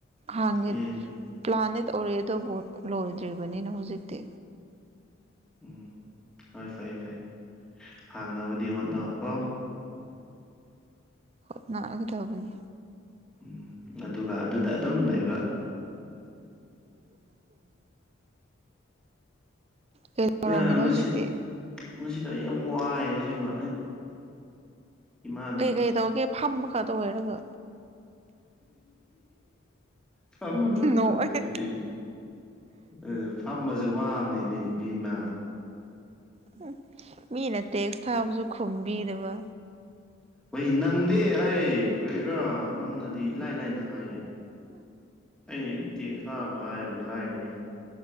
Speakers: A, on the right; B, in the centre.
A: ꯍꯥꯡꯉꯦ
B: ꯑꯦ
A: ꯄ꯭ꯂꯥꯅꯦꯠ ꯑꯣꯏꯔꯦ ꯑꯗꯨꯕꯨ ꯂꯣꯏꯗ꯭ꯔꯤꯕꯅꯤꯅ ꯍꯧꯖꯤꯛꯇꯤ
B: ꯎꯝ ꯍꯣꯏ ꯐꯩ ꯐꯩ ꯍꯥꯡꯅꯕꯗꯤ ꯍꯣꯠꯅꯧꯀꯣ
A: ꯍꯣꯠꯅꯔꯒꯗꯕꯅꯤ
B: ꯎꯝ ꯑꯗꯨꯒ ꯑꯗꯨꯗ ꯑꯗꯨꯝ ꯂꯩꯕ
A: ꯇ ꯀꯩꯗꯧꯔꯝꯃꯤꯅꯣ
B: ꯑ ꯉꯁꯤ
A: ꯍꯧꯖꯤꯛꯇꯤ
B: ꯉꯁꯤꯗ ꯑꯩ ꯌꯥꯝ ꯋꯥꯏꯑꯦ ꯑꯁꯦꯡꯕ ꯏꯃꯥꯅ
A: ꯀꯩ ꯀꯩ ꯇꯧꯒꯦ ꯐꯝꯕ ꯈꯠꯇ ꯑꯣꯏꯔꯒ
B: ꯐꯃ ꯉꯥꯛꯇꯕꯨ
A: ꯅꯣꯛꯑꯦ
B: ꯑꯩ ꯑꯥ ꯐꯝꯕꯁꯦ ꯋꯥꯕꯅꯤꯅꯦ ꯏꯕꯦꯝꯃꯥ
A: ꯍꯝ ꯃꯤꯅ ꯇꯦꯛꯁ ꯊꯥꯕꯁꯨ ꯈꯨꯝꯕꯤꯗꯕ
B: ꯍ ꯅꯪꯗꯦ ꯑꯩ ꯀꯔꯤꯔꯥ ꯅꯪꯅꯗꯤ ꯏꯂꯥꯏ ꯂꯥꯏꯅ ꯍꯥꯏꯌꯦ
A: ꯎꯝ
B: ꯑꯩ ꯇꯦ ꯇꯥꯕ ꯍꯥꯏꯌꯦꯕ ꯂꯥꯏꯔꯤ